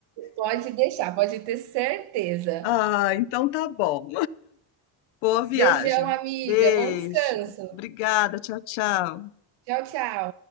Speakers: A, on the right (about 65°); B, on the left (about 80°).
A: Pode deixar, pode ter certeza.
B: Ah, então tá bom. Boa viagem.
A: Beijão, amiga.
B: Beijo.
A: Bom descanso.
B: Obrigada. Tchau, tchau.
A: Tchau, tchau.